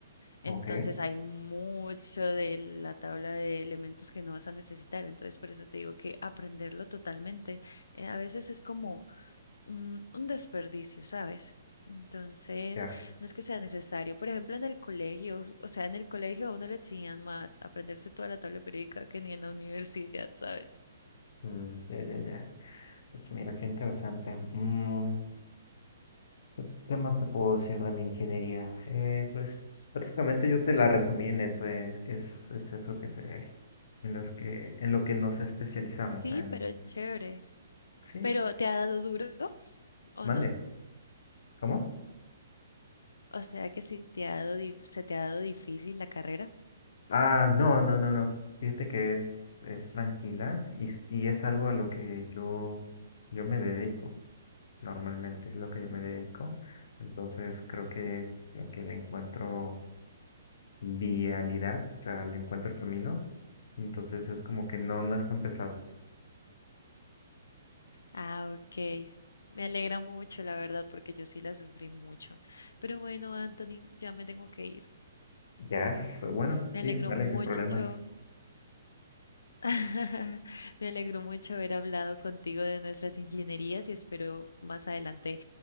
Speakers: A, on the left (about 80°); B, on the left (about 65°).
A: Entonces
B: ok,
A: hay mucho de la tabla de elementos que no vas a necesitar. Entonces por eso te digo que aprenderlo totalmente eh, a veces es como un, un desperdicio, ¿sabes? Entonces
B: ya,
A: no es que sea necesario. Por ejemplo, en el colegio, o sea, en el colegio a uno le exigían más aprenderse toda la tabla periódica que ni en la universidad, ¿sabes?
B: mm, ya, ya, ya. Pues mira, qué interesante. Mm, ¿qué qué más te puedo decir de mi ingeniería? Eh, pues prácticamente yo te la resumí en eso, eh, Es, es eso que se ve, en los que, en lo que nos especializamos
A: Sí,
B: en...
A: pero chévere.
B: Sí,
A: ¿Pero te ha dado duro o
B: mande,
A: no?
B: ¿cómo?
A: O sea que si te ha dado, dif- se te ha dado difícil la carrera.
B: Ah, no, no, no, no. Fíjate que es, es tranquila y, s- y es algo a lo que yo, yo me dedico. Normalmente es lo que yo me dedico. Entonces creo que como que le encuentro vialidad, o sea, le encuentro camino. Entonces es como que no, no es tan pesado.
A: Ah, ok. Me alegra mucho, la verdad, porque yo sí la sufrí mucho. Pero bueno, Anthony, ya me tengo que ir.
B: Ya, pero bueno,
A: Me
B: sí,
A: alegró
B: dale,
A: mucho,
B: sin problemas.
A: <laughs> me alegró mucho haber hablado contigo de nuestras ingenierías y espero más adelante